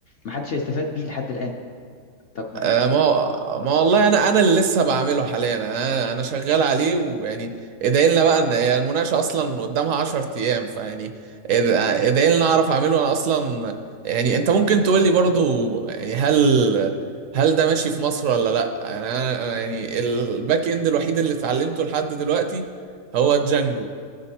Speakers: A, on the left; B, on the right.
A: محدش هيستفاد بيه لحد الآن طب ما
B: آه،
A: انت
B: ما هو ما والله انا انا اللي لسه بعمله حاليا انا انا شغال عليه ويعني ادعي لنا بقى ان هي المناقشه اصلا قدامها 10 ايام فيعني اد- ادعي لنا اعرف اعمله انا اصلا يعني انت ممكن تقول لي برضو يعني هل هل ده ماشي في مصر ولا لا يعني انا أنا يعني الباك اند الوحيد اللي اتعلمته لحد دلوقتي هو جانجو